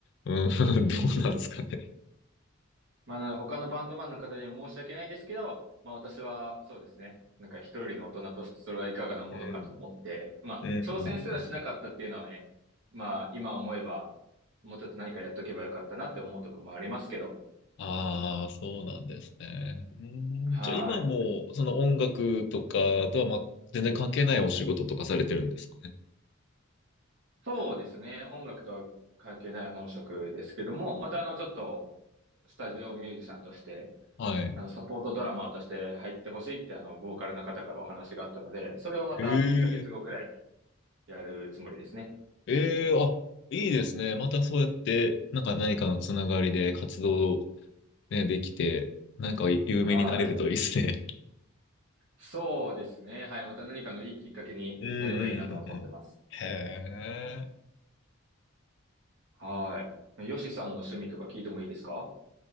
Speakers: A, on the left; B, on the right.
A: うん、<laughs>
B: うん。
A: どうなんですかね。
B: まあ、なので他のバンドマンの方には申し訳ないですけど、まあ私はそうですね、なんか一人の大人としてそれはいかがなものかと思って、
A: うん、
B: まあ挑戦すらしなかったっていうのはね、
A: うん、うんうん。
B: まあ今思えば、もうちょっと何かやっとけばよかったなって思うとこもありますけど、
A: ああ、そうなんですね。う
B: はい。
A: んじゃあ今も、その音楽とかとは、ま、全然関係ないお仕事とかされてるんですかね。
B: そうですね、音楽とは関係ない本職ですけども、またあのちょっとスタジオミュージシャンとして、
A: はい。
B: あのサポートドラマーとして入ってほしいってあのボーカルの方からお話があったので、それをまた2ヶ月後ぐらいに
A: ええ、
B: やるつもりですね。
A: ええ、あ、いいですね。またそうやって、なんか何かのつながりで活動、ね、できて、なんか有名になれるといいですね。
B: はい。そうですね。はい。また何かのいいきっかけになればいいなとは思ってます。
A: うん、うん、うんうん。へえ。
B: はい。ヨシさんの趣味とか聞いてもいいですか